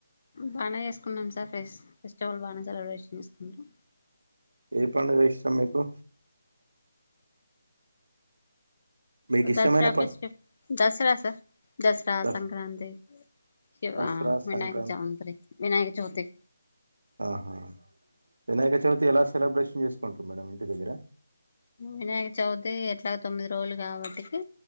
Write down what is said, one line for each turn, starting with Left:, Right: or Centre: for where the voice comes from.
Left: బాగా చేసుకుందాం సార్ ఫస్ ఫెస్టివల్ బాగా సెలబ్రేషన్ చేసుకుంటం
Right: ఏ పండుగ ఇష్టం మీకు మీకు ఇష్టమైన
Left: దసరా
Right: పం
Left: ప శి దసరా సార్ దసరా
Right: దస్
Left: సంక్రాంతి శివ
Right: దసరా
Left: వినాయక
Right: సంక్రాంతి
Left: చౌంత వినాయక చౌతి
Right: ఆహా వినాయక చవితి ఎలా సెబ్రేషన్ చేసుకుంట్రారు మేడం ఇంటి దగ్గర
Left: వినాయక చవితి ఎట్లాగ తొమ్మిది రోజులు కాబట్టి